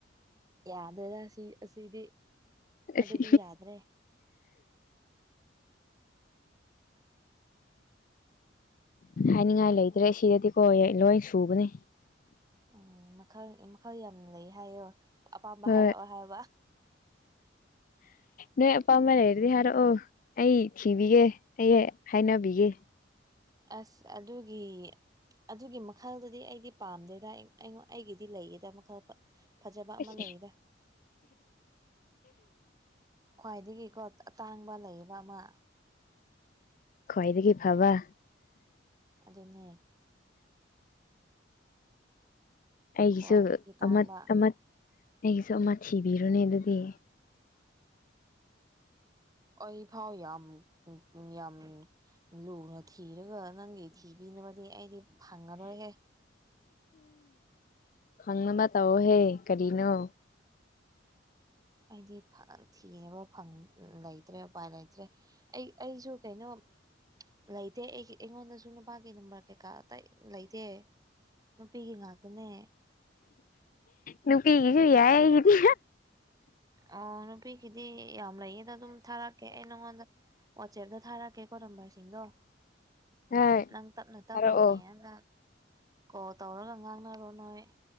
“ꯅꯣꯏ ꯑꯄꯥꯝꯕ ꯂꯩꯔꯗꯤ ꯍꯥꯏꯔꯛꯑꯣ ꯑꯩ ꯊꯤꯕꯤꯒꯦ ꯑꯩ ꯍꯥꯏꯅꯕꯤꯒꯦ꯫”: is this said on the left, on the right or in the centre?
Left